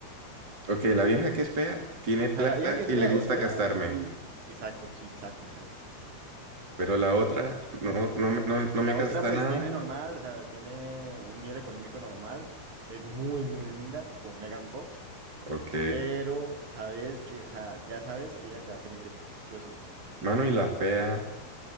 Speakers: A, on the right; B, on the right.
A: Ok, la vieja que es fea tiene plata
B: O sea, la vieja que es
A: y
B: fea
A: le gusta
B: es fea
A: gastarme.
B: y... Exacto, sí, exacto, exacto, exacto.
A: Pero la otra no, no, me- no,
B: La
A: no me gasta
B: otra pues
A: nada.
B: tiene normal, o sea, tiene un nivel económico normal, es muy, muy linda, tipo Megan Fox,
A: Ok.
B: pero sabes que, o sea, ya sabes que ella te va a ser infiel, sí o sí.
A: Mano, y la fea,